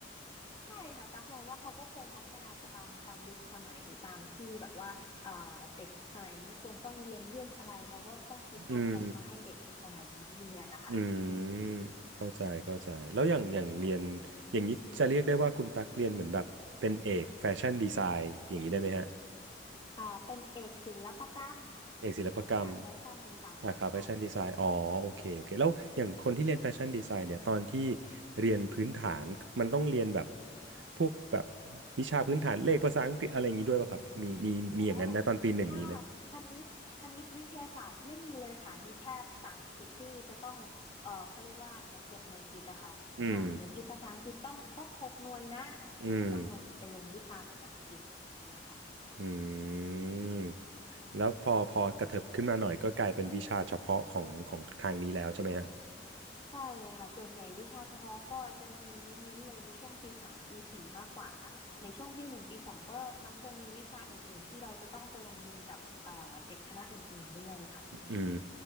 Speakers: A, on the left (about 25°); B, on the right (about 80°).
A: ใช่ค่ะตั๊กมองว่าเขาก็คงพัฒนาตามตามยุคสมัยตามที่แบบว่าเอ่อเด็กสมัยนี้ควรต้องเรียนเรื่องอะไรเขาก็ต้องคิดโปรแกรมมาให้เด็กในสมัยนี้เรียนนะคะ
B: อืม อืมเข้าใจเข้าใจแล้วอย่างอย่างเรียนอย่างนี้จะเรียกได้ว่าคุณตักเรียนเหมือนแบบเป็นเอกแฟชั่นดีไซน์อย่างนี้ได้ไหมฮะ
A: อ่าเป็นเอกศิลปกรรม
B: เอกศิลปกรรม
A: สาขาแฟชั่นดีไซน์ใช่ค่ะ
B: สาขาแฟชั่นดีไซน์อ๋อโอเคโอเคแล้วอย่างคนที่เรียนแฟชั่นดีไซน์เนี่ยตอนที่เรียนพื้นฐานมันต้องเรียนแบบพวกแบบวิชาพื้นฐานเลขภาษาอังกฤษอะไรอย่างนี้ด้วยป่ะครับมีมีมีอย่างนั้นไหมตอนปีหนึ่งมีไหม
A: อ๋อถ้าคณิตคณิตวิทยาศาสตร์ไม่มีเลยค่ะมีแค่ภาษาอังกฤษที่จะต้องเอ่อเขาเรียกว่าเหมือนเก็บหน่วยกิตอะค่ะอ่าหน่วยกิตภาษาอังกฤษต้องครบหกหน่วยนะอ่าเราก็ต้องลงไปลงวิชาภาษาอังกฤษแบบเนี้ยค่ะ
B: อืมอืม อืมแล้วพอพอกระเถิบขึ้นมาหน่อยก็กลายเป็นวิชาเฉพาะของของทางนี้แล้วใช่ไหมฮะ
A: ใช่ค่ะส่วนใหญ่วิชาเฉพาะก็จะมีเน้นๆเลยในช่วงปีสามปีสี่มากกว่า ในช่วงปีหนึ่งปีสองก็มักจะมีวิชาอื่นๆที่เราจะต้องไปโรงเรียนกับเอ่อเด็กคณะอื่นๆด้วยค่ะ
B: อืม